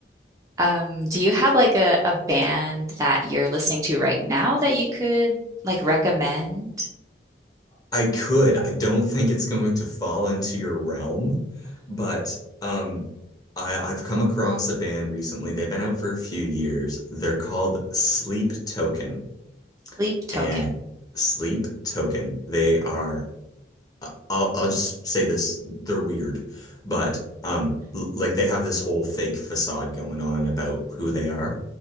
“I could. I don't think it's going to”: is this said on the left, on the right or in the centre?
Left